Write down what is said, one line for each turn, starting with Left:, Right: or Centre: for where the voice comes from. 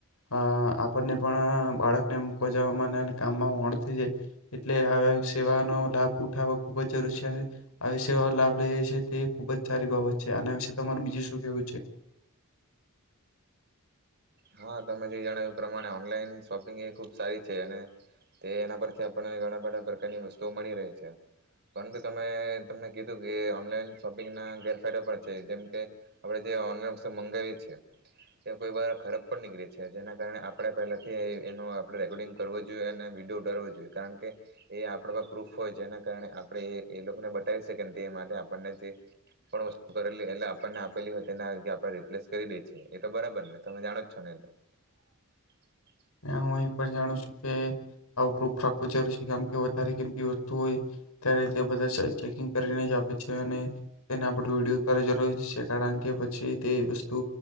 Left: આપણને પણ બાળકને મૂકોવા જવામાં કામમાં મોડ થઈ જાય એટલે આ સેવાનો લાભ ઉઠાવો ખુબ જ જરૂરી છે અને આવી સેવા લાભ લઈ જાય છે તે ખુબ જ સારી બાબત છે આના વિશે તમાર બીજું શું કેવું છે?
Right: હા તમે જે જણાવ્યું એ પ્રમાણે ઓનલાઈન શોપિંગ એ ખૂબ સારી છે અને તે એના પરથી આપણને ઘણા બધા પ્રકારની વસ્તુઓ મળી રહે છે પરંતુ તમે તમને કીધું કે ઓનલાઈન શોપિંગના ગેરફાયદા પણ છે જેમ કે આપણે જે ઓનલાઈન વસ્તુ મંગાવી છે તે કોઈ વાર ખરાબ નીકળે છે જેના કારણે આપણે પહેલાથી એનો આપણે રેકોર્ડિંગ કરવો જોઈએ અને વિડીયો ઉતળવો જોઈએ કારણ કે એ આપણે પ્રૂફ હોય જેના કારણે આપણે એ એ લોકોને બતાવી શકીને તે માટે આપણને જે પણ વસ્તુ કરેલી એટલે આપણને આપેલી હોય તેના આપણે રિપ્લેસ કરી દે છીએ એ તો બરાબર ને તમે જાણો છો. <unintelligible>
Left: હું એ પણ જાણું છું કે આવું પ્રૂફ રાખવું જરૂરી છે કેમ કે વધારે કિંતી વસ્તુ હોય ત્યારે તે બધા ચેકિંગ કરીને જ આપે છે અને તેને વિડીયો ત જરૂરી છે કારણ કે પછી તે વસ્તુ